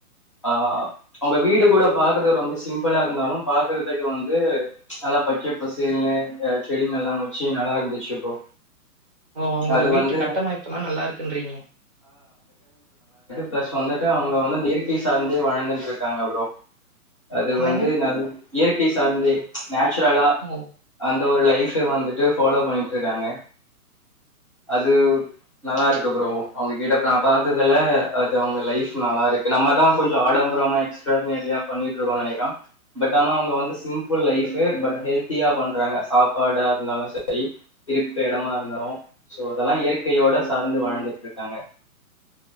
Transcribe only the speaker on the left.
ஆ அவ்ங்க வீடு கூட பாக்குறதுக் ரொம்ப சிம்ப்புளா இருந்தாலு பாக்குறதுக்கு வந்து நல்லா பச்ச பசேல்னு அ செடிகள்லா வெச்சி நல்லாருந்துச்சி ப்ரோ
அது
வந்து
ப்ளஸ் வந்துட்டு அவுங்க வந்து அந்த இயற்கை சார்ந்தே வாழ்ந்துண்ட்ருக்காங்க ப்ரோ அது
வந்து நல் இயற்கை சார்ந்தே நேச்சுரலா
அந் ஒரு லைஃபே வந்துட்டு ஃபாலோ பண்ணிட்ருக்காங்க அது நல்லா இருக்கு ப்ரோ அவங்க கிட்ட நா பாத்ததுல இது அவங்க லைஃப் நல்லாருக்கு நம்பதா கொஞ்ஜோ ஆடம்பரமா எக்ஸ்ட்ராமேரியா பண்ணிட்ருக்கோனு நெனைக்றே பட் ஆனா அவங்க வந்து சிம்பிள் லைஃபு பட் ஹெல்த்தியா பண்றாங்க சாப்பாடா இருந்தாலு சரி இருகற எடமா இருந்தாலு சோ அதெல்லா இயற்கையோட சார்ந்து வாழ்ந்துட்ருக்காங்க